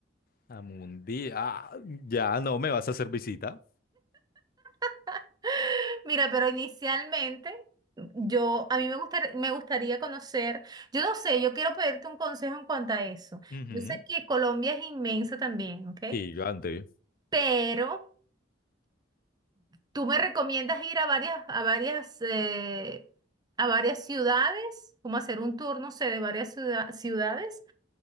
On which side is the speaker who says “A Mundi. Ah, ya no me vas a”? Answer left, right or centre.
Left